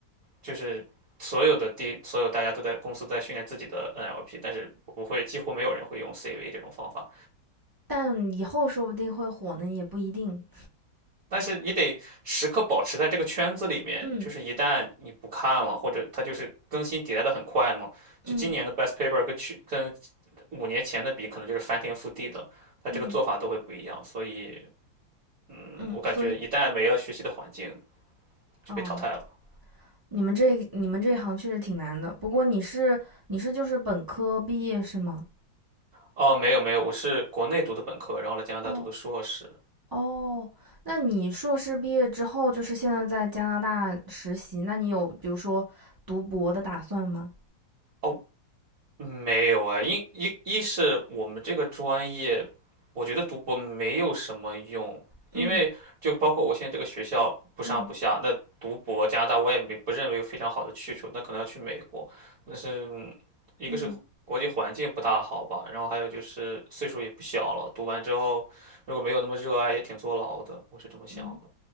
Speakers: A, on the right; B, on the right.
A: 就是所有的 D，所有大家都在公司在训练自己的 NLP，但是不会，几乎没有人会用 CV 这种方法。
B: 但以后说不定会火呢，也不一定。
A: 但是你得时刻保持在这个圈子里面，
B: 嗯
A: 就是一旦你不看了，或者它就是更新迭代的很快嘛，
B: 嗯
A: 就今年的 best paper 跟去跟五年前的比，可能就是翻天覆地的，它这个做法都会不一样。
B: 嗯
A: 所以，嗯，
B: 嗯，
A: 我感觉一旦没了学习的环境，
B: 所以
A: 就被淘汰了。
B: 哦，你们这你们这一行确实挺难的。不过你是你是就是本科毕业是吗？
A: 哦，没有没有，我是国内读的本科，然后来加拿大读的硕士。
B: 哦哦，那你硕士毕业之后，就是现在在加拿大实习，那你有比如说读博的打算吗？
A: 哦。没有啊，一一一是我们这个专业，我觉得读博没有什么用，
B: 嗯
A: 因为就包括我现在这个学校不上不下，
B: 嗯
A: 那读博加拿大我也没不认为有非常好的去处，那可能要去美国，那是一个是国际环境不大好吧，
B: 嗯
A: 然后还有就是岁数也不小了，读完之后如果没有那么热爱，也挺坐牢的，我是这么想的，
B: 嗯，